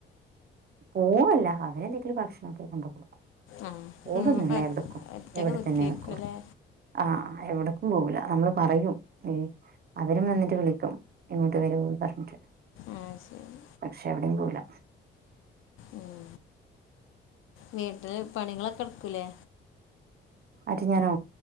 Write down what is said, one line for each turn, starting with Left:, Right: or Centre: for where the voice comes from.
Right: പോവല്ല അവരെന്തെങ്കിലും ഭക്ഷണൊക്കെ കൊണ്ട് കൊടുക്കും
Left: ആ
Right: പോവുന്നും
Left: ഉം.
Right: ഇല്ല എവിടേക്കും
Left: ഒറ്റക്ക്
Right: ഇവിടെതന്നേ
Left: നിൽക്കിയിരിക്കൂലേ
Right: നിക്കൊള്ളൂ ആഹ് എവിടക്കും പൊവൂലനമ്മള് പറയും ഏഹ് അവരും വന്നിട്ട് വിളിക്കും ഇങ്ങോട്ട് വരോ പറഞ്ഞിട്ട്
Left: ആഹ് ശരി
Right: പക്ഷെ അവിടേയും പോവൂല
Left: ഉം വീട്ടിൽ പണികളൊക്കെ എടുക്കൂല്ലേ
Right: ആര് ഞാനോ